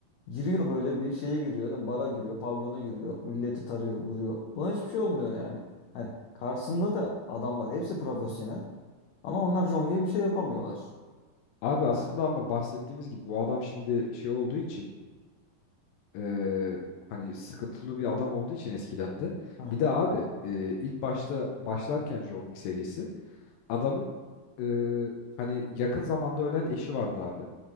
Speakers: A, on the left; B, on the left.
A: Giriyor böyle bir şeye giriyor, yani bara giriyor, pavyona giriyor, milleti tarıyor, vuruyor. Buna hiçbir şey olmuyor yani. Hani karşısında da adamlar hepsi profesyonel ama onlar John Wick'e bir şey yapamıyorlar.
B: Abi aslında
A: Yani.
B: ama bahsettiğimiz gibi bu adam şimdi şey olduğu için eee, hani sıkıntılı bir adam olduğu için eskiden de.
A: Aha.
B: Bir de abi eee, ilk başta başlarken John Wick serisi adamın eee, hani yakın zamanda ölen eşi vardı abi.